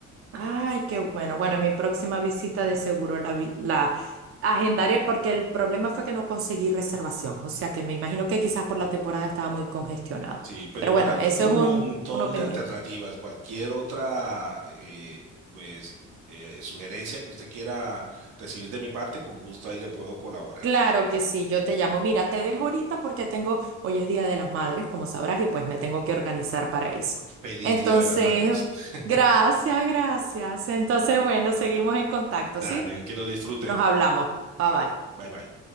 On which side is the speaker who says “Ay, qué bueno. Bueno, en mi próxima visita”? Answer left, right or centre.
Right